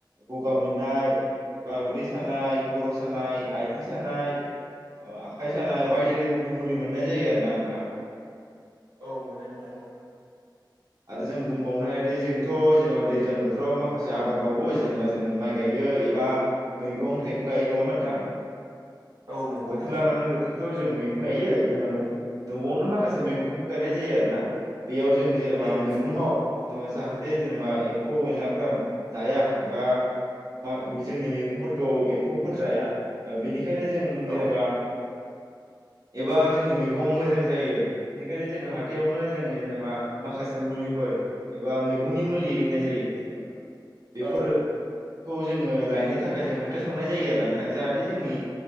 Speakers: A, on the right (about 45°); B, on the right (about 75°).
A: गगा मोननाय एबा उदै सानाय खर सानाय आथिं सानाय ओ आखाय सानाय
B: औ
A: बायदि रोखोमनि मुलि मोननाय जायो आरो ना नोंथां।
B: औ मोनो नोंथां औ
A: आरो जों बुंबावनो हा जोंथ' जेनेबा दैज्लां बोथोराव माखासे आबाद मावो जेनेबा जोङो माइ गायो एबा मैगं मैगं-थाइगं गायो नङा होमबा मोनोंथां
B: औ नंगौ
A: बोथोर
B: नोंथां
A: लानानै
B: औ
A: बोथोर थ' जों मैगं गायो न' न'आवनो माखासे मैगंखौ गायनाय जायो आरो ना बेयाव जों जेनेबा
B: उम
A: मैगङाव
B: उम
A: जेनेबा जाहाथे जेनेबा एम्फौ-एनलाफोरा जाया एबा बा जोंनि मैगंफोरखौ एम्फौफोर जाया बेनिखायनो जों
B: औ
A: जेनेबा ताम एबा जोंनि मैगङा मोजां जायो बेनिखायनो जोंङो हाथायावनो जोङो जेनेबा माखासे मुलिफोर एबा मैगंनि मुलि होनाय जायो जेनेबा बेफोर
B: औ
A: खौ जोङो लायनो थाखाय जों हाथाव थांनाय जायो आरो नोंथां जाहाथे जोंनि